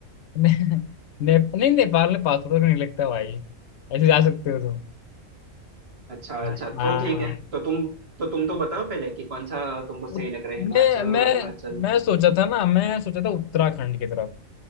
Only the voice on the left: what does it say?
ने, ने, नहीं नेपाल में पासपोर्ट नहीं लगता भाई ऐसे जा सकते हो तुम
हाँ
हाँ
हाँ।
उत-
मैं मैं
मैं सोचा था ना मैं सोचा था उत्तराखंड की तरफ